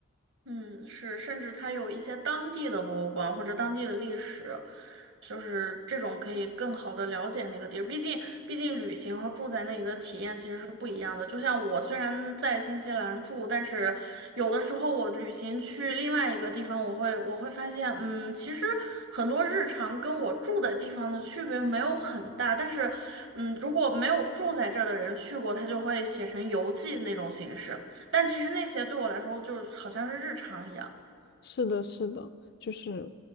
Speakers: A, on the right; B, on the left.
A: 嗯，是，甚至它有一些当地的博物馆或者当地的历史，就是这种可以更好的了解那个地儿。毕竟，毕竟旅行和住在那里的体验其实是不一样的。就像我虽然在新西兰住，但是有的时候我旅行去另外一个地方，我会我会发现，嗯，其实很多日常跟我住的地方的区别没有很大。但是，嗯，如果没有住在这儿的人去过，他就会写成游记那种形式。但其实那些对我来说，就是好像是日常一样。
B: 是的，是的，就是